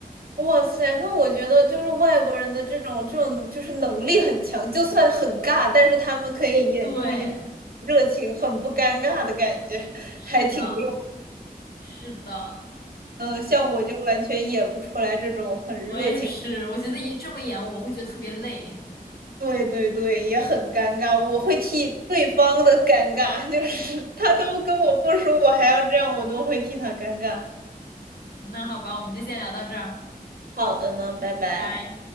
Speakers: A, on the right; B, on the left.
A: 哇塞，那我觉得就是外国人的这种这种就是能力很强，就算很尬，但是他们可以演出一副热情、
B: 对，
A: 很不尴尬的感觉，
B: 是的，
A: 还挺溜。
B: 是的，
A: 嗯、像我就完全演不出来这种很热情，
B: 我也是，我觉得也这么演，我会觉得特别累。
A: 对对对，也很尴尬，我会替对方的尴尬，就是他都跟我不熟，我还要这样，我都会替他尴尬。
B: 那好吧，我们就先聊到这儿，
A: 好的呢，拜拜。
B: 拜拜。